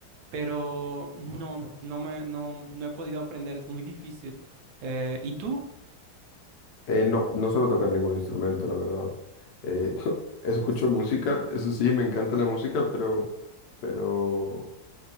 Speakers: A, on the right; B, on the left.
A: pero no, no me, no, no he podido aprender, es muy difícil. Eh, ¿y tú?
B: Eh, no, no suelo tocar ningún instrumento, la verdad. Eh, <laughs> escucho música, eso sí, me encanta la música, pero, pero,